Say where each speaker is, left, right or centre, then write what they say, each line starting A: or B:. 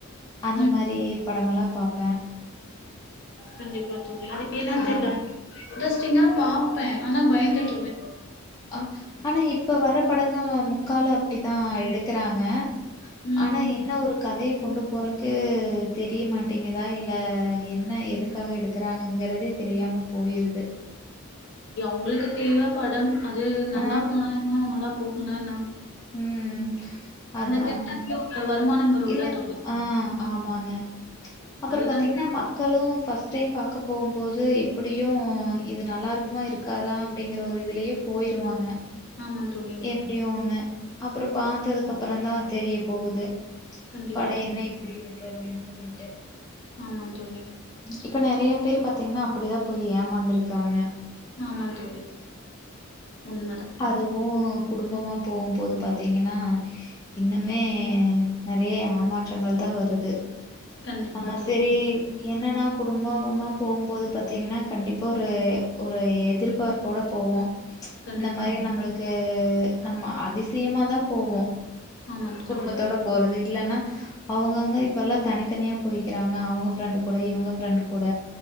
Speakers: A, on the left; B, on the left.
A: அந்த
B: ம்.
A: மாரி படமெல்லா பாப்
B: கண்டிப்பா தோழி
A: ஆ
B: <inaudible> ஜஸ் சின்னப்பா பே ஆனா பயந்துட்டுவே
A: ஆ ஆனா இப்ப வர்ற படங்கள்ல முக்காலூ அப்படிதா எடுக்குறாங்க
B: ம்
A: ஆனா என்ன ஒரு கதைய கொண்டு போறக்கு தெரியமாட்டேங்குதா இல்ல என்ன எதுக்காக எடுக்கறாங்கங்கிறதே தெரியாம போயிருது
B: உங்களுக்கு தெளிவா படம் அது நல்லா
A: ஆ.
B: போனா இன்னூ நல்லா போகுனேனா
A: ம் அதாங்க
B: தியேட்டர்லயே ஒரு வருமானம் வருல்ல
A: இல்லங்
B: தோழி
A: ஆ ஆமாங்க அப்றோ
B: அதுதானே
A: பாத்தீங்கன்னா மக்களூ ஃபஸ்ட் டைம் பாக்கப் போம்போது எப்டியூ இது நல்லாருக்குமா இருக்காதா அப்படிங்கிற ஒரு இதுலயே போயிருவாங்க
B: ஆமா தோழி
A: எப்டியோ ஒன்னு அப்றோ பாத்ததுக்கப்றோந்தா தெரிய போகுது
B: கண்டிப்பா
A: படோ
B: தோழி
A: என்ன இப்டி எப்டின் சொல்லி எ
B: ஆமா தோழி
A: இப்ப நெறைய பேர் பாத்தீங்னா அப்டிதா போய் ஏமாந்துருக்காங்க
B: ஆமா தோழி உண்
A: அதுவூ குடும்பமா போவும்போது பாத்தீங்கன்னா இன்னமே நறைய எமாற்றங்கள் தா வருது
B: கண்டிப்பா
A: ஆமா
B: தோழி
A: செரி என்னன்னா குடும்பமா போவும்போது பாத்தீங்கனா கண்டிப்பா ஒரு ஒரு எதிர்பார்ப்போட போவோ
B: கண்டிப்பா
A: இந்த மாரி நம்மளுக்கு நம்ம அ திசியமாதா போவோ
B: ஆமா
A: குடும்பத்தோட
B: தோழி
A: போறது இல்லனா அவங்கவுங்க இப்ப எல்லா தனித்தனியா போயிகிறாங்க அவுங்க ஃப்ரெண்ட் கூட இவங்க ஃப்ரெண்ட் கூட